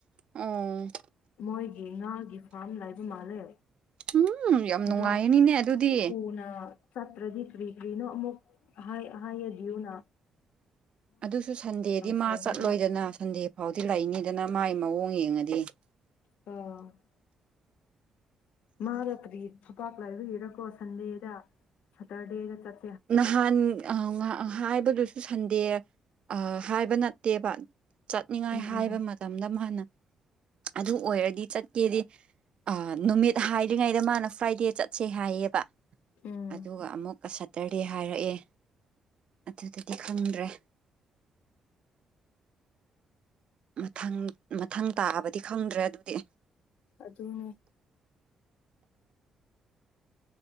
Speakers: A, on the right; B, on the left.
A: ꯎꯝ
B: ꯃꯣꯏꯒꯤ ꯉꯥꯒꯤ ꯐꯥꯔꯝ ꯂꯩꯕ ꯃꯥꯜꯂꯦ꯫
A: ꯎꯝ ꯌꯥꯝ
B: ꯑꯗꯣ
A: ꯅꯨꯡꯉꯥꯏꯔꯅꯤꯅꯦ ꯑꯗꯨꯗꯤ
B: ꯊꯨꯅ ꯆꯠꯇ꯭ꯔꯗꯤ ꯀ꯭ꯔꯤ-ꯀ꯭ꯔꯤꯅꯣ ꯑꯃꯨꯛ ꯍꯥꯏ ꯍꯥꯏꯌꯨꯗꯤꯌꯨꯅ
A: ꯑꯗꯨꯁꯨ ꯁꯟꯗꯦꯗꯤ ꯃꯥ
B: ꯁꯦꯝꯃꯦꯕ
A: ꯆꯠꯂꯣꯏꯗꯅ ꯁꯟꯗꯦ ꯐꯥꯎꯗꯤ ꯂꯩꯅꯤꯗꯅ ꯃꯥꯏ ꯃꯑꯣꯡ ꯌꯦꯡꯉꯗꯤ
B: ꯑꯝ ꯃꯥꯗ ꯀ꯭ꯔꯤ ꯊꯄꯥꯛ ꯂꯩꯕꯒꯤꯔꯀꯣ ꯁꯟꯗꯦꯗ ꯁ꯭ꯇꯔꯗꯦꯗ ꯆꯠ
A: ꯅꯍꯥꯟ ꯍꯥꯏꯕꯗꯨꯁꯨ ꯁꯟꯗꯦ ꯑ- ꯍꯥꯏꯕ ꯅꯠꯇꯦꯕ ꯆꯠꯅꯤꯡꯉꯥꯏ
B: ꯎꯝ
A: ꯍꯥꯏꯕ ꯃꯇꯝꯗ ꯃꯥꯅ ꯑꯗꯨ ꯑꯣꯏꯔꯗꯤ ꯆꯠ ꯀꯦꯗꯤ ꯑ ꯅꯨꯃꯤꯠ ꯍꯥꯏꯗꯔꯤꯉꯩꯗ ꯃꯥꯅ ꯐ꯭ꯔꯥꯏꯗꯦ ꯆꯠꯁꯦ ꯍꯥꯏꯌꯦꯕ
B: ꯎꯝ
A: ꯑꯗꯨꯒ ꯑꯃꯨꯛꯀ ꯁꯠ ꯁꯠꯇꯥꯔꯗꯦ ꯍꯥꯏꯔꯛꯑꯦ ꯑꯗꯨꯗꯗꯤ ꯈꯪꯗ꯭ꯔꯦ ꯃꯊꯪ- ꯃꯊꯪ ꯇꯥꯕꯗꯤ ꯈꯪꯗ꯭ꯔꯦ ꯑꯗꯨꯗꯤ
B: ꯑꯗꯨꯅꯦ